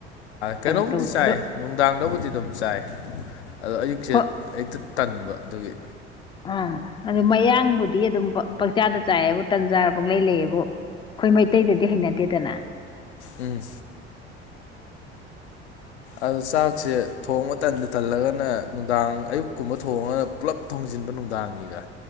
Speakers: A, on the left; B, on the left.
A: ꯀꯩꯅꯣꯕꯨꯗꯤ
B: ꯀꯩꯅꯣ ꯇꯧꯗꯣ
A: ꯆꯥꯏ
B: ꯑꯗꯣ
A: ꯅꯨꯡꯗꯥꯡꯗꯕꯨꯗꯤ ꯑꯗꯨꯝ ꯆꯥꯏ ꯑꯗꯣ ꯑꯌꯨꯛꯁꯦ
B: ꯍꯣꯏ
A: ꯍꯦꯛꯇ ꯇꯟꯕ ꯑꯗꯨꯒꯤ
B: ꯑꯥ ꯑꯗꯨ ꯃꯌꯥꯡꯕꯨꯗꯤ ꯑꯗꯨꯝ ꯄꯪꯆꯥꯗ ꯆꯥꯏꯌꯦꯕꯨ ꯇꯟꯖꯥꯔ ꯄꯪꯂꯩ ꯂꯩꯌꯦꯕꯨ ꯈꯣꯏ ꯃꯩꯇꯩꯗꯗꯤ ꯍꯩꯅꯗꯦꯗꯅ
A: ꯎꯝ ꯑꯗꯨ ꯆꯥꯛꯁꯦ ꯊꯣꯡ ꯃꯇꯝꯟꯗ ꯊꯜꯂꯒꯅ ꯅꯨꯡꯗꯥꯡ ꯑꯌꯨꯛꯀꯨꯝꯕ ꯊꯣꯡꯉꯒ ꯄꯨꯜꯂꯞ ꯊꯣꯡꯖꯤꯟꯕ ꯅꯨꯡꯗꯥꯡꯒꯤꯒ